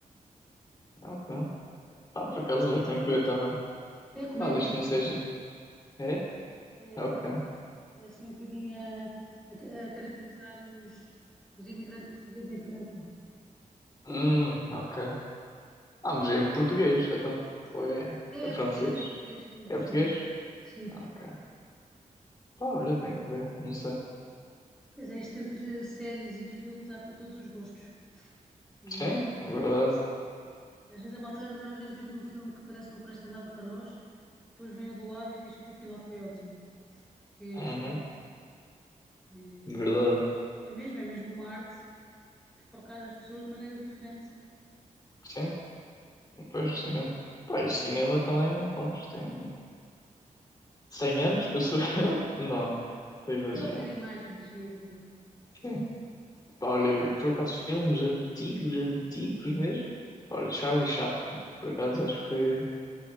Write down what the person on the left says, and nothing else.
Ah, ok. Ah, por acaso, eu tenho que ver também.
Ah, desde que
não seja. É?
Ah, Ok.
Hum, ok. Ah, mas é em português, então. Ou é,
é
francês?
É português?
Ah, Ok. Pá, olha, tenho que ver, não sei.
Sim,
verdade.
Uhum,
verdade.
Sim. Pois, cinema. Pá, e o cinema também, pronto, tem 100 anos, penso <laughs> eu. Não, estou a exagerar.
Sim. Pá, olha, por acaso, filmes antigos, antigos mesmo. Olha, Charlie Chaplin, por acaso, acho que foi,